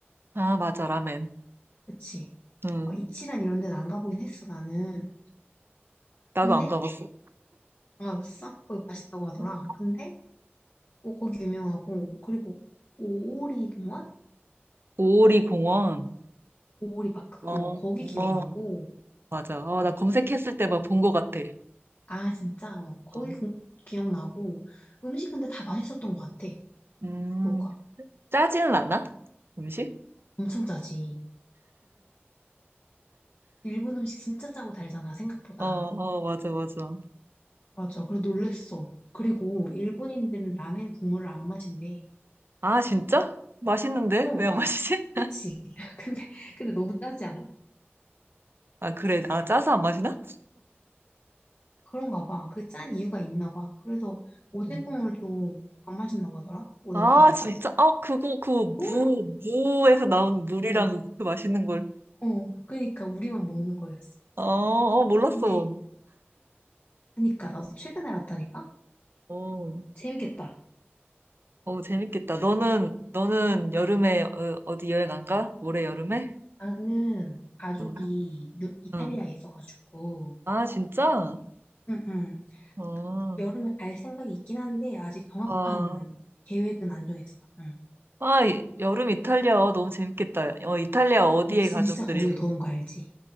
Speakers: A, on the right; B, on the left.
A: 아, 맞아, 라멘.
B: 그치?
A: 응.
B: 어, 이치란 이런 데는 안 가보긴 했어, 나는.
A: 나도
B: 근데,
A: 안 가봤어.
B: 안 가봤어? 거기 맛있다고 하더라.
A: 음,
B: 근데, 어, 거기 유명하고, 그리고 오오리 공원?
A: 오오리 공원.
B: 오오리 파크?
A: 어,
B: 어,
A: 어,
B: 거기 기억나고,
A: 음. 맞아. 어,
B: 어.
A: 나 검색했을 때 막
B: 어.
A: 본 것 같아.
B: 아, 진짜? 어, 거의
A: 음,
B: 그- 기억나고. 음식 근데 다 맛있었던 것 같아.
A: 음,
B: 후쿠오카.
A: 짜지는 않아? 음식?
B: 엄청 짜지. 일본 음식 진짜 짜고 달잖아, 생각보다.
A: 어, 어, 맞아, 맞아.
B: 맞아. 그래, 놀랬어. 그리고 일본인들은 라멘 국물을 안 마신대.
A: 아, 진짜? 맛있는데?
B: 어,
A: 왜 안 마시지?
B: 그치? <laughs> 근데, 근데 너무 짜지 않아?
A: 아, 그래. 아, 짜서 안 마시나?
B: 그런가 봐. 그 짠 이유가 있나 봐. 그래서 오뎅
A: 음.
B: 국물도 안 마신다고 하더라? 오뎅바에서?
A: 아, 진짜? 아, 그거, 그,
B: 어,
A: 무, 무에서 나온 물이랑
B: 뭐,
A: 그 맛있는 걸.
B: 어. 그니까 우리만 먹는 거였어.
A: 어, 어, 몰랐어.
B: 근데, 그니까 나도 최근에 알았다니까?
A: 어.
B: 재밌겠다.
A: 어, 재밌겠다. 너는, 너는 여름에 어, 어디 여행 안 가? 올해 여름에?
B: 나는 가족이
A: 응,
B: 유- 이탈리아에
A: 응.
B: 있어가지고,
A: 아, 진짜?
B: 응, 응.
A: 어,
B: 여름에 갈 생각이 있긴 한데, 아직 정확한
A: 아,
B: 계획은 안 정했어. 응.
A: 아, 이- 여름 이탈리아 너무 재밌겠다. 어, 이탈리아 어디에
B: 근데 진짜
A: 가족들이
B: 거기도 더운 거 알지?